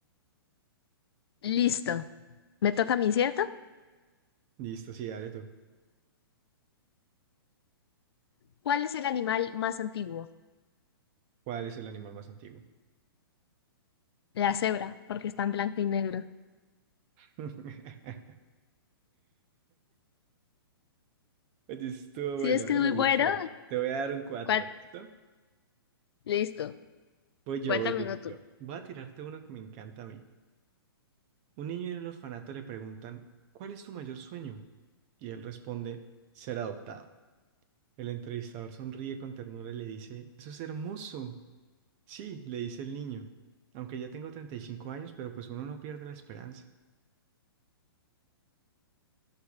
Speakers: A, on the left; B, on the right.
A: Listo. Me toca a mí, ¿cierto?
B: Listo, sí, dale tú.
A: ¿Cuál es el animal más antiguo?
B: ¿Cuál es el animal más antiguo?
A: La cebra, porque está en blanco y negro.
B: <laughs> Oye, estuvo
A: Si
B: bueno,
A: ves que
B: ya
A: es
B: me
A: muy bueno,
B: gustó. Te voy a dar un 4,
A: ¿Cuál?
B: ¿listo?
A: Listo.
B: Voy yo,
A: Cuéntamelo
B: voy yo,
A: tú.
B: yo. Voy a tirarte uno que me encanta a mí. Un niño en el orfanato le preguntan, ¿cuál es tu mayor sueño? Y él responde, ser adoptado. El entrevistador sonríe con ternura y le dice, eso es hermoso. Sí, le dice el niño, aunque ya tengo 35 años, pero pues uno no pierde la esperanza. <laughs>